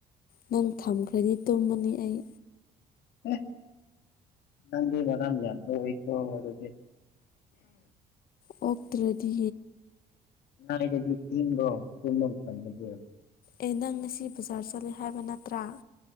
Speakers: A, on the left; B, on the left.
A: ꯅꯪ ꯊꯝꯈ꯭ꯔꯗꯤ ꯇꯨꯝꯃꯅꯤ ꯑꯩ
B: ꯑꯦ ꯅꯪꯗꯤ ꯃꯔꯝ ꯌꯥꯝ ꯃꯣꯛꯏꯀꯣ ꯑꯗꯨꯗꯤ
A: ꯑꯣꯛꯇ꯭ꯔꯗꯤ
B: ꯉꯥꯢꯗꯗꯤ ꯏꯡꯕꯔꯣ ꯇꯨꯝꯕ ꯃꯇꯝꯗꯗꯤ
A: ꯑꯦ ꯅꯪ ꯉꯁꯤ ꯕꯖꯥꯔ ꯆꯠꯂꯦ ꯍꯥꯏꯕ ꯅꯠꯇ꯭ꯔꯥ